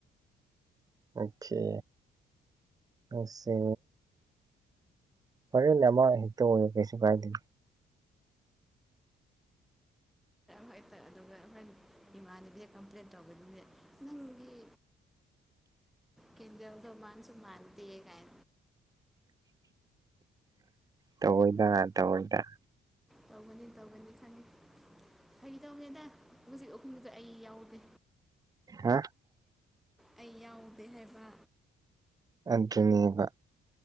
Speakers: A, on the right; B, in the centre.
A: ꯑꯣꯀꯦ ꯑꯣꯁꯦ ꯐꯣꯔꯦꯟ ꯅꯃ ꯍꯦꯛꯇ ꯑꯣꯏꯔꯦ ꯀꯩꯁꯨ ꯀꯥꯏꯗꯦ
B: ꯍꯇꯥ ꯑꯗꯨꯒ ꯍꯥꯏꯗꯤ ꯃꯅꯕꯤ ꯀꯝꯄ꯭ꯂꯦꯟꯠ ꯇꯧꯕꯗ꯭ꯔꯦ ꯅꯪꯒꯤ ꯀꯖꯦꯜꯗꯣ ꯃꯥꯟꯁꯨ ꯃꯥꯥꯟꯇꯦ ꯀꯥꯏ
A: ꯇꯑꯣꯏꯗ ꯇꯑꯣꯏꯗ
B: ꯇꯧꯒꯅꯤ ꯇꯧꯒꯅꯤ ꯈꯜꯂꯤ ꯐꯒꯤ ꯇꯧꯅꯦꯗ ꯍꯧꯖꯤꯛ ꯑꯍꯨꯝꯗꯨꯗ ꯑꯩ ꯌꯥꯎꯗꯦ
A: ꯍꯥ
B: ꯑꯩ ꯌꯥꯎꯗꯦ ꯍꯥꯏꯕ
A: ꯑꯗꯨꯅꯦꯕ